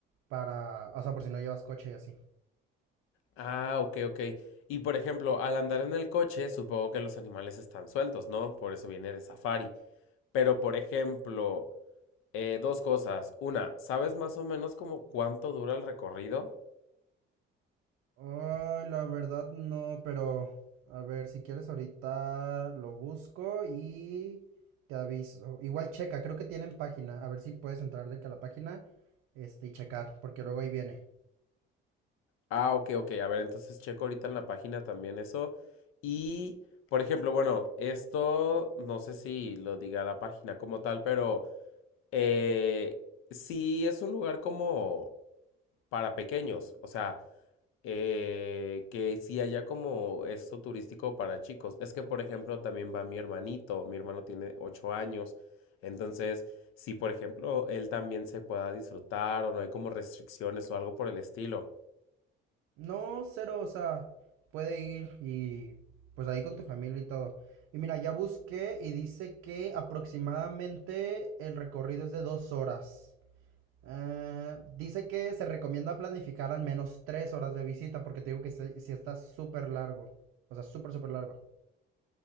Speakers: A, on the right; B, on the left.
A: para, o sea, por si no llevas coche y así.
B: Ah, ok, ok. Y, por ejemplo, al andar en el coche, supongo que los animales están sueltos, ¿no? Por eso viene de safari. Pero, por ejemplo, eh, dos cosas. Una, ¿sabes más o menos como cuánto dura el recorrido?
A: Ay, la verdad no, pero a ver, si quieres ahorita lo busco y te aviso. Igual checa, creo que tienen página. A ver si puedes entrar de que a la página, este, y checar, porque luego ahí viene.
B: Ah, ok, ok. A ver, entonces checo ahorita en la página también eso. Y, por ejemplo, bueno, esto no sé si lo diga la página como tal, pero eh, sí es un lugar como para pequeños. O sea, eh, que sí haya como esto turístico para chicos. Es que, por ejemplo, también va mi hermanito. Mi hermano tiene ocho años. Entonces, si, por ejemplo, él también se pueda disfrutar o no hay como restricciones o algo por el estilo.
A: No, cero, o sea, puede ir y pues ahí con tu familia y todo. Y mira, ya busqué y dice que aproximadamente el recorrido es de dos horas. Ah, dice que se recomienda planificar al menos tres horas de visita, porque te digo que si, si está súper largo. O sea, súper, súper largo.